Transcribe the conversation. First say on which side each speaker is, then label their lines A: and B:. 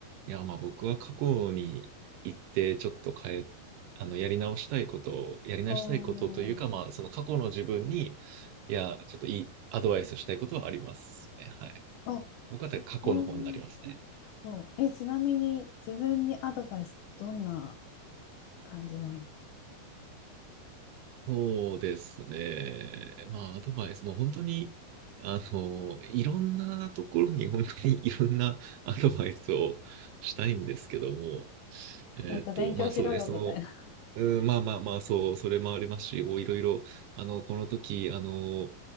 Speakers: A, on the right (about 80°); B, on the left (about 70°).
A: いや、まあ僕は過去に行って、ちょっと変え、あの、やり直したいことを、やり直したいことというか、
B: おー
A: まあ、その過去の自分に、いや、ちょっといいアドバイスしたいことはありますね。はい。
B: お
A: 僕は過去の方になりますね。
B: うん過去えちなみに自分にアドバイスってどんな感じなんです
A: そうですね。まあ、アドバイス、まあ本当に、あの、いろんなところに本当にいろんなアドバイスをしたいんですけども、
B: かもっと勉強しろよみたいな
A: えーっと、まあそうね、その、うん、まあまあまあ、そう、それもありますし、こういろいろ、あの、この時、あの、